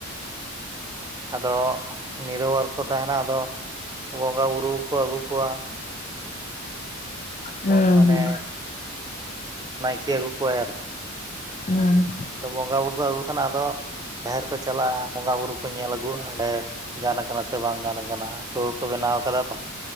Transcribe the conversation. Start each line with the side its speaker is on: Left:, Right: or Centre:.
Right: ᱟᱫᱚ ᱱᱤᱨᱚᱵᱟᱨ ᱠᱚ ᱛᱟᱸᱦᱮᱱᱟ, ᱟᱫᱚ ᱵᱚᱸᱜᱟ ᱵᱩᱨᱩ ᱠᱚ ᱟᱜᱩ ᱠᱚᱣᱟ᱾
Left: ᱦᱮᱸ
Right: ᱦᱳᱭ ᱢᱟᱱᱮ
Left: ᱦᱩᱸ
Right: ᱱᱟᱭᱠᱮ ᱟᱜᱩ ᱠᱚᱣᱟᱭ ᱟᱹᱨᱠᱤ᱾
Left: ᱦᱮᱸ
Right: ᱟᱫᱚ ᱵᱚᱸᱜᱟ ᱵᱩᱨᱩ ᱠᱚ ᱟᱜᱩ ᱠᱷᱟᱱ, ᱟᱫᱚ ᱡᱟᱦᱮᱨ ᱠᱚ ᱪᱟᱞᱟᱜᱼᱟ᱾ ᱵᱚᱸᱜᱟ ᱵᱩᱨᱩ ᱠᱚ ᱧᱮᱞ ᱟᱜᱩᱣᱟᱜᱼᱟ, ᱡᱟᱦᱮᱨ ᱜᱟᱱ ᱠᱟᱱᱟ ᱥᱮ ᱵᱟᱝ ᱜᱟᱱ ᱠᱟᱱᱟ᱾ <unintelligible> ᱠᱚ ᱵᱮᱱᱟᱣ ᱠᱟᱫᱟ ᱛᱚ᱾